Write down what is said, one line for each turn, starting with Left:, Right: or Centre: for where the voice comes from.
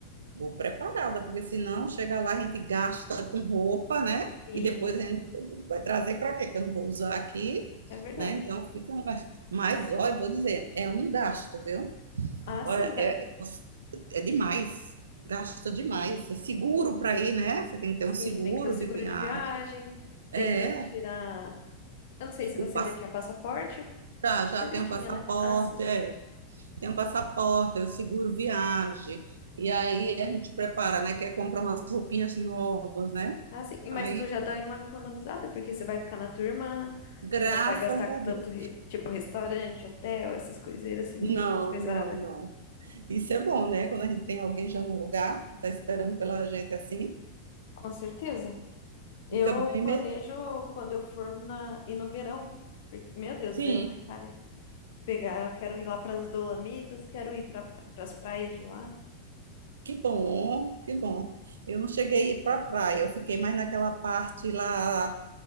Right: Vou preparada, porque senão chega lá, a gente gasta com roupa, né?
Left: Sim,
Right: E depois a gente vai trazer para quê? Que eu não vou usar aqui,
Left: é verdade.
Right: né? Então fica um gasto. Mas, olha, vou dizer, é um gasto, viu?
Left: Ah,
Right: Olha,
Left: sim, dá-
Right: é, é demais. Gasta demais. É seguro para ir, né? Você tem que ter
Left: sim,
Right: um seguro
Left: tem que ter o seguro
Right: de viagem.
Left: de viagem,
Right: É,
Left: tem que tirar. Eu não sei se
Right: o
Left: você
Right: pass...
Left: já tinha passaporte,
Right: já, já
Left: Você já
Right: tem um
Left: tinha,
Right: passaporte,
Left: né? Ah, sim.
Right: é. Tem um passaporte, é o seguro viagem. E aí a gente prepara, né? Quer comprar umas roupinhas novas, né?
Left: Ah, sim.
Right: Aí
Left: Mas tu já dá uma economizada, porque você vai ficar na tua irmã,
Right: Graças
Left: não vai gastar com
Right: a Deus.
Left: tanto, re- tipo, restaurante, hotel, essas coiseiras assim, né?
Right: Não,
Left: Essas coisaradas.
Right: não, não. Isso é bom, né? Quando a gente tem alguém já no lugar, que está esperando pela gente assim,
Left: Com certeza.
Right: fica
Left: Eu
Right: bem
Left: planejo
Right: melhor.
Left: quando eu for na... ir no verão. Porque- Meu Deus,
Right: Sim,
Left: o verão da Itália. Pegar, eu quero ir lá para as Dolomitas, quero ir para as praias de lá.
Right: que bom, que bom. Eu não cheguei a ir para a praia, eu fiquei mais naquela parte lá,